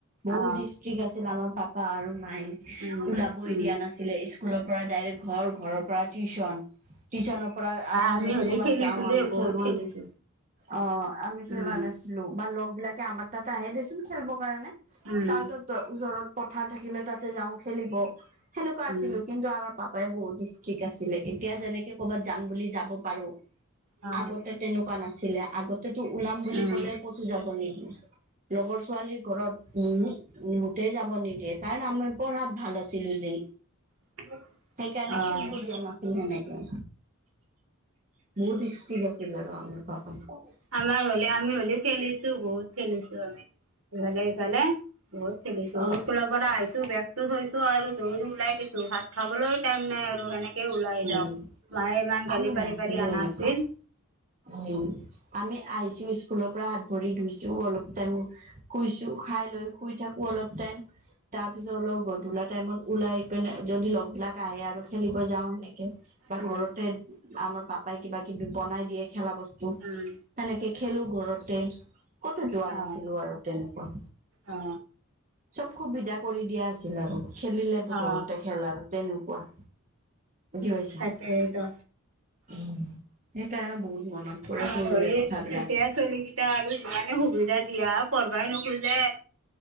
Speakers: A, on the right; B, on the right.
A: বহুত
B: অ
A: ষ্ট্ৰিক আছিল আমাৰ পাপা আৰু মায়,
B: উম
A: ওলাবই
B: উম
A: দিয়া নাছিলে স্কুলৰ পৰা ডাইৰেক ঘৰ ঘৰৰ পৰা টিউচন। টিউচনৰ পৰা আৰু
B: আমি
A: যদি
B: হ'লে
A: ক'ৰবাত
B: খেলিছো
A: যাওঁ
B: দেই
A: আমি
B: বহুত
A: খেলব
B: খেলিছো
A: অ আমি খেলা
B: উম
A: নাছি ছিলো বা লগবিলাকে আমাৰ তাতে আহে দেছোন খেলবৰ কাৰণে
B: উম
A: তাৰ পিছত ত ওচৰত পথাৰ থাকিলে তাতে যাওঁ খেলিব সেনেকুৱা
B: উম
A: আছিলো কিন্তু আমাৰ পাপ পাই বহুত ষ্ট্ৰিক আছিলে এতিয়া যেনেকে কৰ'বাত যাম বুলি যাব পাৰো
B: অ
A: আগতে তেনেকুৱা নাছিলে আগতেতো ওলাম বুলি
B: উম
A: ক'লে ক'তো যাব নিদিয়ে। লগৰ ছোৱালীৰ ঘৰত উহো মোতেই যাব নিদিয়ে কাৰণ আমিৰ পঢ়াত ভাল আছিলো যে।
B: <inaudible>
A: সেইকাৰণে
B: অ
A: খেলব
B: অ
A: দিয়া নাছিল সেনেকে। বহুত ষ্টিক আছিলে ৰাম বাপৰে।
B: আমাৰ হ'লে আমি হ'লে খেলিছো বহুত খেলিছো আমি। ইফালে সিফালে বহুত খেলিছো
A: অ অ
B: স্কুলৰ পৰা আহিছো বেগ টো থৈছো আৰু দৌৰি ওলাই গৈছো ভাত খাবলৈও টাইম নাই আৰু সেনেক কে ওলাই
A: উম
B: যাওঁ মায়ে ইমান
A: আমি
B: গালি পালি
A: নাছিলো
B: পাৰি আনিছিল।
A: এনেকুৱা উম, আমি আহিছো স্কুলৰ পৰা হাত ভৰি ধুইছো অলপ টাইম শুইছো খাই লৈ শুই থাকো অলপ টাইম। তাৰ পিছত অলপ গধুলা টাইমত ওলাই কিনে যদি লগবিলাক আহে আৰু খেলিব যাওঁ সেনেকে বা
B: উম উম
A: ঘৰতে আমাৰ পাপাই কিবা কিবি বনাই দিয়ে খেলা বস্তু।
B: উম
A: সেনেকে খেলো ঘৰতে ক'তো যোৱা
B: অ
A: নাছিলো আৰু। তেনেকুৱা
B: অ
A: চব সুবিধা কৰি দিয়া আছিল আৰু খেলিলে
B: অ
A: ঘৰতে খেল আৰু তেনেকুৱা। বুজি পাইছা,
B: তাকেইতো
A: উম সেইকাৰণে বহুত মনত পৰে
B: আমাৰ
A: সৰুৰে
B: হ'লে
A: কথাবিলাক
B: এতিয়া চলি কিটা আৰু যিমানে সুবিধা দিয়া পঢ়বাই নোখোজে।